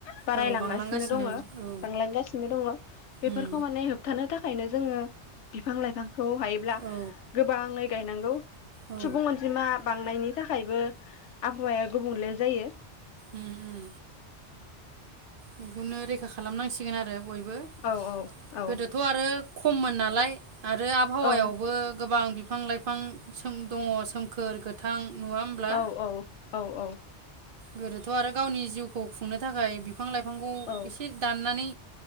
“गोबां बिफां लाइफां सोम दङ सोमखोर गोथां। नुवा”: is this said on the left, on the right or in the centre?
Right